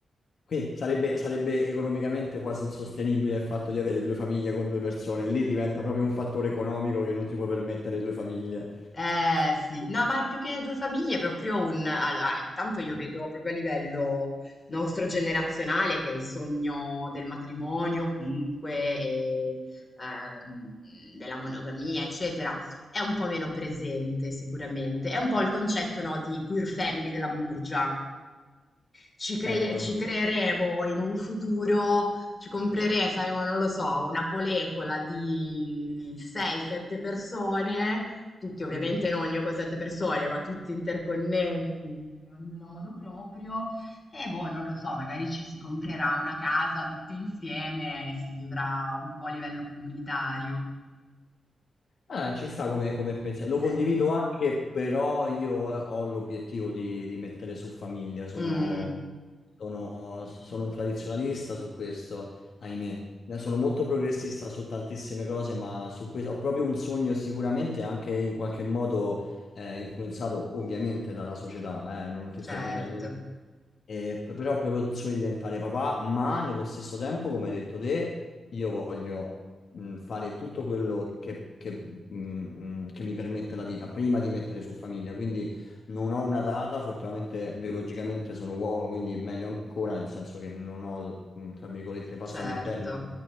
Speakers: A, on the left; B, on the left.
A: Qui sarebbe, sarebbe economicamente quasi insostenibile il fatto di avere due famiglie con due persone. Lì diventa proprio un fattore economico che non ti può permettere due famiglie.
B: Eh sì, no, ma più che due famiglie, è proprio un... Allora, intanto io vedo proprio a livello nostro generazionale che il sogno del matrimonio, comunque, e, ehm, della monogamia, eccetera, è un po' meno presente sicuramente. È un po' il concetto, no, di queer family della Murgia. Ci cre-
A: Certo.
B: ci creeremo in un futuro, ci compreremo, saremo, non lo so, una polecola di 6-7 persone, tutti ovviamente non io con 7 persone, ma tutti interconnessi, ognuno a modo proprio, e boh, non lo so, magari ci si comprerà una casa tutti insieme e si vivrà un po' a livello comunitario.
A: Ah, ci sta come, come pensiero. Lo
B: Che-
A: condivido anche, però io ho l'obiettivo di, di mettere su famiglia. Sono,
B: Mm,
A: sono, sono un tradizionalista su questo, ahimè. Eh, Sono molto progressista su tantissime cose, ma su questo ho proprio un sogno e sicuramente anche in qualche modo eh, influenzato ovviamente dalla società, eh, non ti
B: certo,
A: sto dicendo di no. Eh, p- però ho proprio il sogno di diventare papà, ma nello stesso tempo, come hai detto te, io voglio mh, fare tutto quello che, che, mh, mh, che mi permette la vita prima di mettere su famiglia. Quindi non ho una data, fortunatamente biologicamente sono uomo, quindi meglio ancora, nel senso che non ho, mh, tra virgolette, passami
B: certo,
A: il termine,